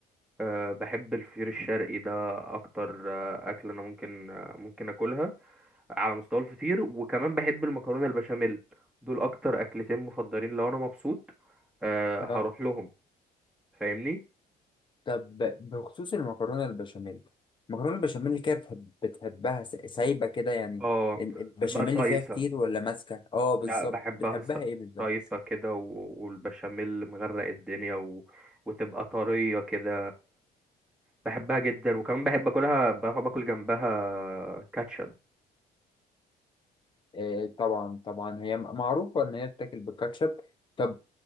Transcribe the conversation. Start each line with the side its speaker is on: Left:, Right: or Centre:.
Centre: أه بحب الفطير الشرقي ده اكتر أه اكل انا ممكن أه ممكن اكلها على مستوى الفطير وكمان بحب المكرونه البشاميل دول اكتر اكلتين مفضلين لو انا مبسوط أه
Left: اه
Centre: هروح لهم فاهمني
Left: طب بخصوص المكرونة البشاميل المكرونة البشاميل كده بتحب بتحبها س- سايبة كده يعني
Centre: اه
Left: ال- البشاميل
Centre: بحبها صيصه
Left: اللي فيها كتير ولا ماسكة؟ اه بالظبط
Centre: لا بحبها
Left: بتحبها
Centre: ص-
Left: ايه بالظبط؟
Centre: صيصه كده و- والبشاميل مغرق الدنيا و... وتبقى طريه كده بحبها جدا وكمان بحب اكلها بحب اكل جنبها كاتشب
Left: آه طبعا طبعا هي م- معروفة ان هي بتاكل بالكاتشب طب